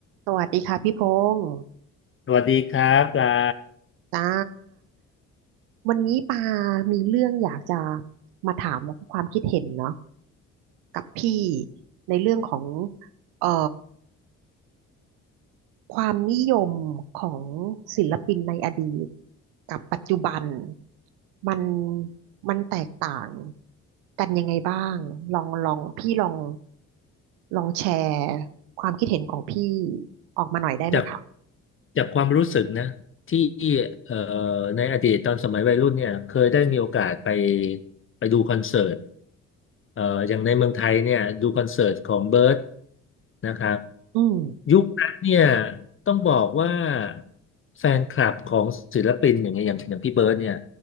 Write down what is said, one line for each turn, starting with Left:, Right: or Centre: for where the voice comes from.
Right: สวัสดีค่ะพี่พงษ์
Left: สวัสดีครับปลา
Right: จ้าวันนี้ปามีเรื่องอยากจะมาถามความคิดเห็นเนาะกับพี่ในเรื่องของเอ่อความนิยมของศิลปินในอดีตกับปัจจุบันมันมันแตกต่างกันยังไงบ้างลองลองพี่ลองลองแชร์ความคิดเห็นของพี่ออกมาหน่อยได้ไหมคะ
Left: จากจากความรู้สึกนะที่เอ่อในอดีตตอนสมัยวัยรุ่นเนี่ยเคยได้มีโอกาสไปไปดูคอนเสิร์ตเอ่ออย่างในเมืองไทยเนี่ยดูคอนเสิร์ตของเบิร์ดนะครับ
Right: อืม
Left: ยุคนั้นเนี่ยต้องบอกว่าแฟนคลับของศิลปินอย่างเงี้ยอย่างอย่างพี่เบิร์ดเนี่ย